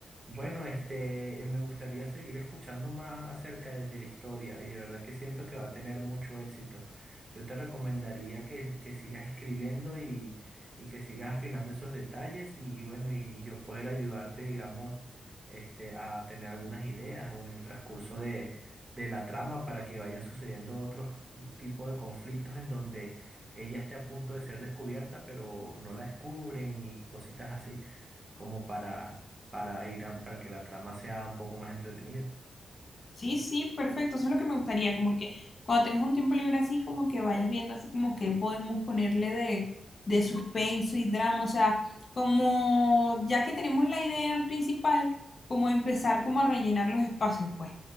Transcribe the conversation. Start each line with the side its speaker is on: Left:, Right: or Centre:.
Right: Bueno, este, eh, me gustaría seguir escuchando más acerca de, de la historia y de verdad que siento que va a tener mucho éxito. Yo te recomendaría que, que sigas escribiendo y, y que sigas afinando esos detalles y, y bueno, y yo poder ayudarte, digamos, este, a tener algunas ideas o en el transcurso de, de la trama para que vayan sucediendo otros tipos de conflictos en donde ella esté a punto de ser descubierta, pero no la descubren y cositas así como para, para ir a- para que la trama sea un poco más entretenida.
Left: Sí, sí, perfecto. Eso es lo que me gustaría, como que cuando tengas un tiempo libre así, como que vayas viendo así como que podemos ponerle de, de suspenso y drama. O sea, como ya que tenemos la idea principal, como empezar como a rellenar los espacios, pues.